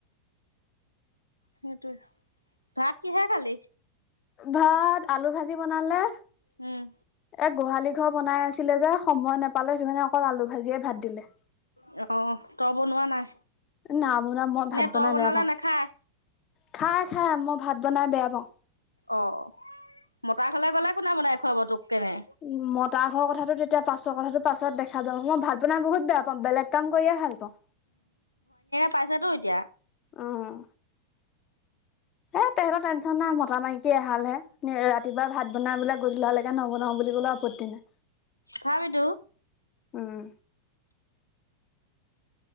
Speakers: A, on the left; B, on the left.
A: সেইটোৱে ভাত কি কিহেৰে খালি।
B: ভাত আলু ভাজি বনালে।
A: উম।
B: এ গোহালি ঘৰ বনাই আছিলে যে। সময় নাপালে সেইটো কাৰণে অকল আলু ভাজিয়ে ভাত দিলে।
A: অ', তই বনোৱা নাই?
B: নাই বনা মই ভাত
A: নে
B: বনাই
A: তই বনালে
B: বেয়া পাওঁ।
A: নাখায়?
B: খাই খাই মই ভাত বনাই বেয়া পাওঁ।
A: অ', মতা ঘৰলে গ'লে কোনে বনাই খুৱাব তোক। কেনে?
B: উম মতাৰ ঘৰৰ কথাটো তেতিয়া পাছৰ কথাটো পাছত দেখা যাওঁ মই ভাল বনাই বহুত বেয়া পাওঁ। বেলেগ কাম কৰিয়ে ভাল পাওঁ।
A: পাইছাতো এতিয়া।
B: উম এ তেহতৰ টেনচন নাই মতা মাইকে এহাল হে। ৰাতিপুৱা ভাত বনাই বোলে গধূলালৈকে নবনাও বুলি কলেও আপত্তি নাই।
A: খাবিটো।
B: উম।